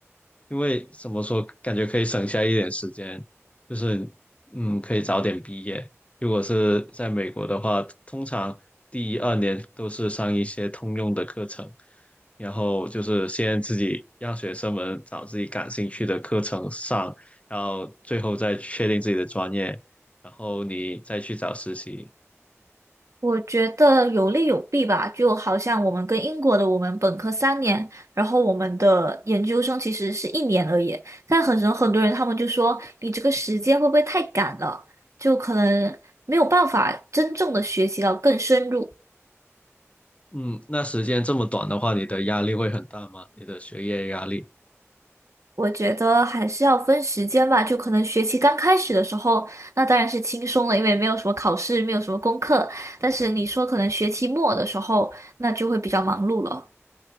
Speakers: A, on the left (about 25°); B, on the right (about 80°).
A: 因为怎么说，感觉可以省下一点时间，就是嗯，可以早点毕业。如果是在美国的话，通常第一二年都是上一些通用的课程，然后就是先自己让学生们找自己感兴趣的课程上，然后最后再确定自己的专业，然后你再去找实习。
B: 我觉得有利有弊吧，就好像我们跟英国的，我们本科三年，然后我们的研究生其实是一年而已。但很多很多人他们就说，你这个时间会不会太赶了？就可能没有办法真正的学习到更深入。
A: 嗯，那时间这么短的话，你的压力会很大吗？你的学业压力？
B: 我觉得还是要分时间吧，就可能学期刚开始的时候，那当然是轻松了，因为没有什么考试，没有什么功课。但是你说可能学期末的时候，那就会比较忙碌了。